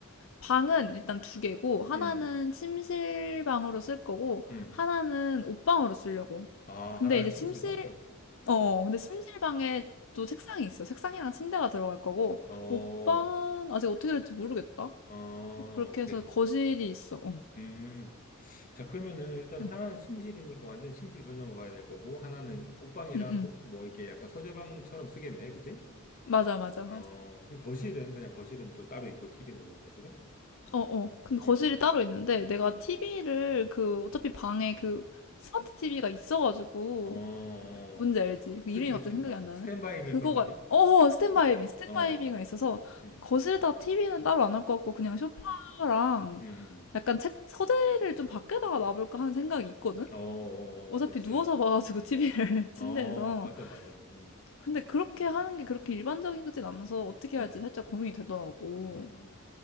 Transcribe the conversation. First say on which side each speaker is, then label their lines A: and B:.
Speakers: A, on the left; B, on the left.
A: 방은 일단 두 개고, 하나는
B: 음,
A: 침실방으로 쓸 거고,
B: 음.
A: 하나는 옷방으로 쓰려고.
B: 아,
A: 근데
B: 하나는
A: 이제
B: 침실방?
A: 침실,
B: 없어.
A: 어, 어, 근데 침실방에 또 책상이 있어. 책상이랑 침대가 들어갈 거고,
B: 어,
A: 옷방은 아직 어떻게 될지 모르겠다.
B: 어,
A: 그렇게
B: 오케이.
A: 해서 거실이 있어. 어.
B: 음. 자, 그러면은 일단
A: 응,
B: 하나는 침실이니까 완전히 침실 전용으로 가야 될 거고, 하나는 옷방이랑
A: 응, 응.
B: 고- 뭐 이렇게 약간 서재방처럼 쓰겠네. 그지?
A: 맞아, 맞아, 맞아.
B: 어, 그럼 거실은 그냥 거실은 또 따로 있고, TV 놓는 거실은?
A: 어, 어. 근데 거실이
B: 음,
A: 따로 있는데 내가
B: 음.
A: TV를 그 어차피 방에 그 스마트 TV가 있어가지고
B: 어, 어.
A: 그 뭔지 알지? 그
B: 그치,
A: 이름이
B: 그치.
A: 갑자기 생각이
B: 어.
A: 안 나네.
B: 스탠바이 미
A: 그거가
B: 그런 거 아니야?
A: 어 스탠바이비
B: 어,
A: 스탠바이비가
B: 어, 어.
A: 있어서
B: 음,
A: 거실에다 TV는 따로 안 할 것 같고 그냥 소파랑
B: 음,
A: 약간 책 서재를 좀 밖에다가 놔볼까 하는 생각이 있거든.
B: 음. 어, 어, 어,
A: 어차피
B: 어. 그치.
A: 누워서 봐가지고 TV를 <laughs> 침대에서.
B: 어, 맞아, 맞아. 음,
A: 근데 그렇게 하는 게 그렇게 일반적이진 않아서 어떻게
B: 음,
A: 할지 살짝 고민이 되더라고.
B: 음.